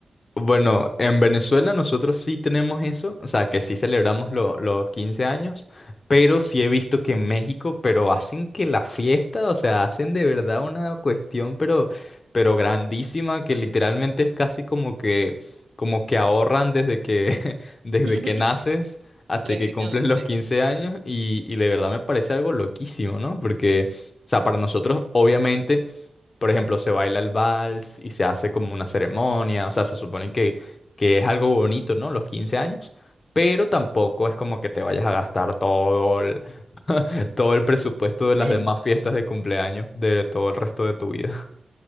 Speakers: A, on the left; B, on the right.
A: Bueno, en Venezuela nosotros sí tenemos eso, o sea, que sí celebramos lo- los 15 años, pero sí he visto que en México, pero hacen que la fiesta, o sea, hacen de verdad una cuestión, pero, pero grandísima, que literalmente es casi como que, como que ahorran desde que, <laughs> desde
B: <laughs>
A: que naces hasta
B: Prácticamente.
A: que cumples los 15 años, y, y de verdad me parece algo loquísimo, ¿no? Porque, o sea, para nosotros, obviamente. Por ejemplo, se baila el vals y se hace como una ceremonia, o sea, se supone que, que es algo bonito, ¿no? Los 15 años, pero tampoco es como que te vayas a gastar todo el, <laughs> todo el presupuesto de las
B: <laughs>
A: demás fiestas de cumpleaños de todo el resto de tu vida.